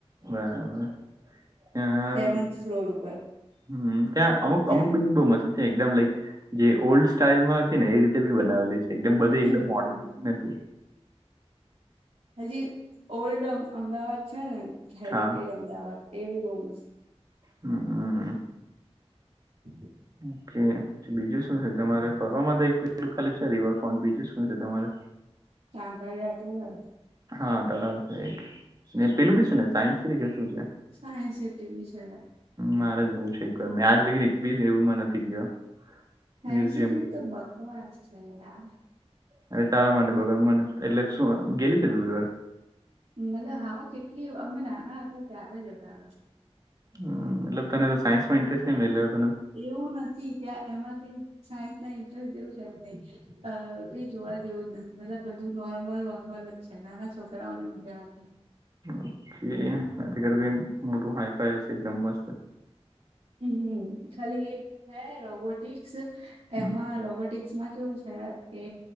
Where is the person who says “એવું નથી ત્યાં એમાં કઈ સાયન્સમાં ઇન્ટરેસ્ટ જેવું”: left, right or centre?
Right